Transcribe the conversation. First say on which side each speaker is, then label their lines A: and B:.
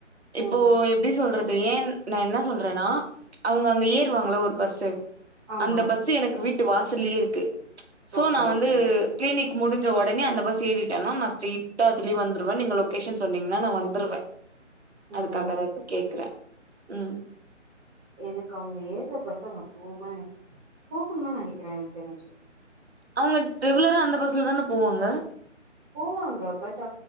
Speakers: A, on the right (about 55°); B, on the right (about 15°).
A: இப்போ
B: ம்
A: எப்டி சொல்றது ஏன் நா என்ன சொல்றேன்னா அவ்ங்க அங்க ஏறுவாங்கள ஒரு பஸ்சு
B: ஆமா
A: அந்த பஸ்சு எனக்கு வீட் ட்டு வாசலியே இருக்கு சோ
B: ஓகே
A: நா
B: ஓகே
A: வந்து கிளினிக் முடிஞ்ச உட ஒடனே அந்த பஸ் ஏறிட்டனா நா ஸ்ட்ரெய்ட்டா அதுலே வந்துருவ நீங்க லொகேஷன் சொன்னீங்ன்னா நா வந்துருவ
B: ம்
A: அதுக்காகதா இப்ப கேக்குற ம்
B: எனக்கு அவ்ங்க ஏருற பஸ் அங் போம போகு தா நெனைக்கிற எனக்கு தெரிஞ்சு
A: அவ்ங்க ரெகுலரா அந்த பஸ்ல தான போவாங்க
B: போவாங்க பட்